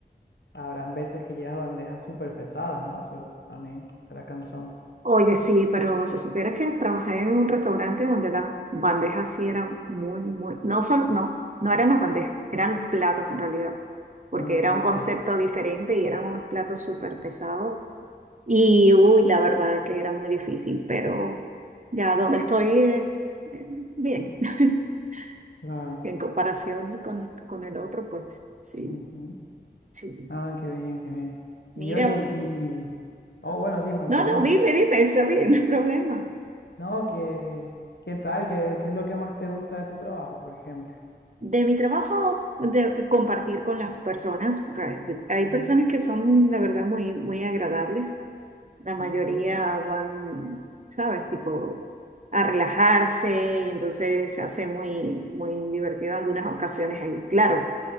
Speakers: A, on the left (about 75°); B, on the right (about 45°).
A: habrán veces que llevas bandejas súper pesadas, ¿no? Eso también será cansón.
B: Oye, sí, pero si supieras que trabajé en un restaurante donde las bandejas sí eran muy, muy, no solo, no, no eran las bandejas, eran los platos en realidad, porque
A: Ah,
B: era
A: claro,
B: un concepto diferente y eran unos platos súper pesados Y uy, la verdad que era muy difícil, pero ya donde estoy, eh, eh, bien. <laughs>
A: claro.
B: En comparación con, con el otro, pues sí,
A: Ujú.
B: sí.
A: Ah, qué bien, qué bien.
B: Mira,
A: Y oye, y... Oh, bueno, dime,
B: no,
A: perdón.
B: no, dime, dime, está bien, <laughs> no hay problema.
A: No, que, ¿qué tal? ¿Qué, qué es lo que más te gusta de tu trabajo, por ejemplo?
B: De mi trabajo, de compartir con las personas, porque hay
A: Mm.
B: personas que son, la verdad, muy, muy agradables La
A: Ok,
B: mayoría van, ¿sabes? Tipo a relajarse y entonces se hace muy, muy divertido en algunas ocasiones. Hay- claro,